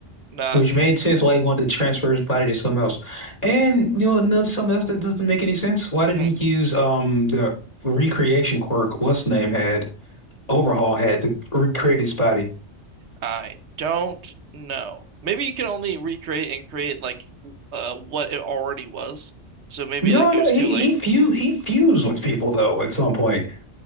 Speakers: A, on the right; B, on the left.
A: not
B: Which made sense why he wanted to transfer his body to something else. And you know, no, something else that doesn't make any sense. Why didn't
A: hmm,
B: he use um the recreation quirk? What's name had Overhaul had to recreate his body.
A: I don't know. Maybe you can only recreate and create like uh what it already was. So maybe
B: No,
A: like it
B: no,
A: was
B: he
A: too late.
B: he fu he fused with people though at some point.